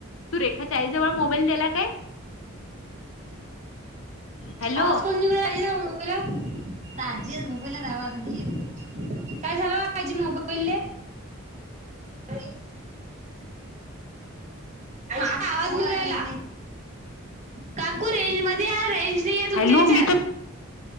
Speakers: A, on the left (about 65°); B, on the right (about 35°).
A: तू रेखाच्या आईजवळ मोबाईल दिला काय? हॅलो
B: आवाज कोण हॅलो, तास जिल मोबाईलला आवाज नाहीय. काय झालं आजी मोबाईल? <unintelligible> आता आवाज नाही येऊ राहीला. काकू, रेंज मध्ये या रेंज. नाही आहे तुमच्या
A: हॅलो
B: याच्यात
A: मी तत,